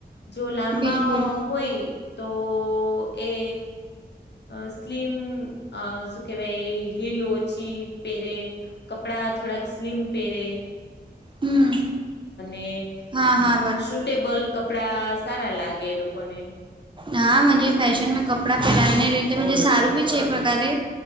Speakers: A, on the left (about 75°); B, on the right (about 30°).
A: જો લાંબા
B: બિલકુલ
A: હોય તો એ અ સ્લીમ અ સુ કેહેવાય હિલ ઓછી પેરે કપડા થોડાક સ્લિમ પેરે
B: હમ
A: કે
B: હા હા
A: સુટેબલ કપડા સારા લાગે લોકોને
B: હા મને ફેશનમાં કપડા પહેરાવને રીતે સારું બી છે એ પ્રકારે